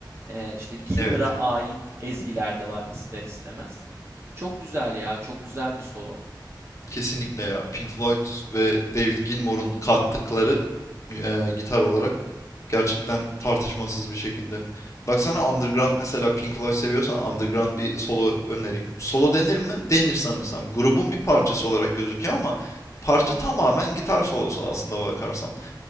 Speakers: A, on the right; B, on the left.
A: Ee, işte Gilmour'a
B: Evet.
A: ait ezgiler de var ister istemez. Çok güzel ya, çok güzel bir solo.
B: Kesinlikle ya. Pink Floyd ve David Gilmour'un kattıkları e, gitar olarak Gerçekten tartışmasız bir şekilde. Baksana Underground mesela Pink Floyd seviyorsan Underground bir solo önereyim. Solo denir mi? Denir sanırsam. Grubun bir parçası olarak gözüküyor ama parça tamamen gitar solosu aslında bakarsan.
A: Hı hı.